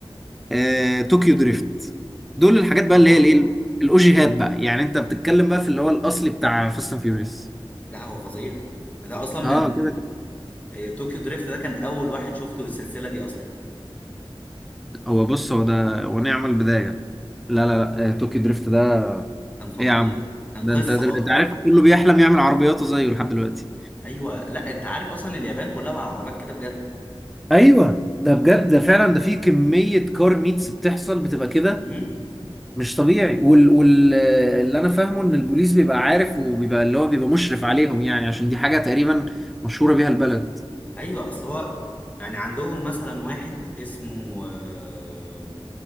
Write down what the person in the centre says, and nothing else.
آه، طوكيو دريفت دول الحاجات بقى
اللي هي الايه الاوجيهات بقى يعني انت بتتكلم بقى في اللي هو الاصلي بتاع فاست اند فيوريوس
اه كده كده
هو بص هو ده ونعم البدايه لا لا لا آه، طوكيو دريفت ده
ايه يا عم
ده
انت دل-
انت عارف كله بيحلم يعمل عربياته زيه لحد دلوقتي
ايوه ده بجد ده فعلا ده في كميه كار ميتس بتحصل بتبقى كده
مش طبيعي وال وال آه، اللي انا فاهمه ان البوليس بيبقى عارف وبيبقى اللي هو بيبقى مشرف عليهم يعني عشان دي حاجه تقريبا مشهوره بيها البلد